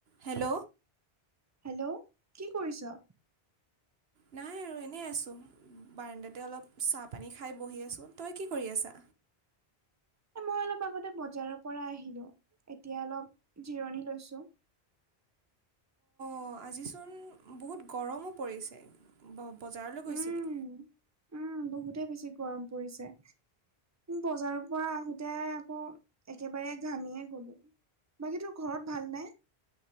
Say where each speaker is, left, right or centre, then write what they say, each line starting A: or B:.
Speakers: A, on the right; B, on the right.
A: Hello.
B: Hello কি কৰিছ?
A: নাই আৰু এনেই আছোঁ, বাৰাণ্ডাতে অলপ চাহপানী খাই বহি আছোঁ। তই কি কৰি আছা?
B: মই অলপ আগতে বজাৰৰ পৰা আহিলো এতিয়া অলপ জিৰণি লৈছো।
A: অ আজিচোন বহুত গৰমো পৰিছে বজাৰলৈ গৈছিলি?
B: উম। উম, বহুতে বেছি গৰম পৰিছে। বজাৰৰ পৰা আহোতে আকৌ একেবাৰে ঘামিয়ে গলো। বাকী তোৰ ঘৰত ভাল নাই?